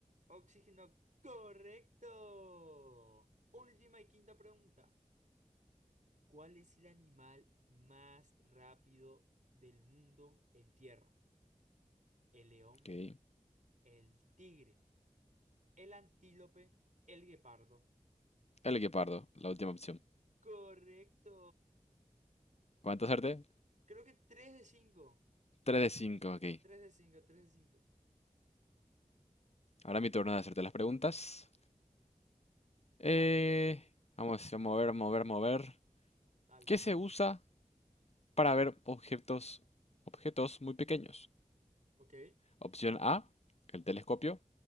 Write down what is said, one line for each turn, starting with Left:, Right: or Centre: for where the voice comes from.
Right: Oxígeno, correcto. Última y quinta pregunta. ¿Cuál es el animal más rápido del mundo en tierra? El león,
Left: Ok.
Right: el tigre, el antílope, el guepardo.
Left: El equipardo. La última opción.
Right: Correcto.
Left: ¿Cuánto acerté?
Right: Creo que 3 de 5,
Left: 3 de 5. Ok.
Right: 3 de cinco, tres de 5.
Left: Ahora mi turno de hacerte las preguntas. Eh,
Right: Dale, dale, dale,
Left: vamos, vamos a mover, mover, mover.
Right: dale,
Left: ¿Qué
Right: escucho,
Left: se usa
Right: escucho.
Left: para ver objetos, objetos muy pequeños.
Right: Ok,
Left: Opción A, el telescopio,